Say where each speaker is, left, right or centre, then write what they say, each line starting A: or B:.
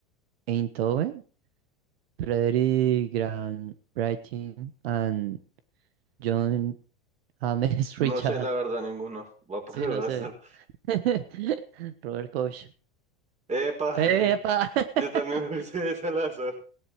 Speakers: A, on the right; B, on the right.
A: Einthoven, Frederick Grant Brightin, and John James <laughs> Richard.
B: No sé, la verdad, ninguno. Voy a poner
A: Sí, no
B: <laughs> al
A: sé.
B: azar.
A: <laughs> Robert Koch.
B: ¡Epa!
A: ¡Epa!
B: sí.
A: <laughs>
B: Yo también me hice ese al azar.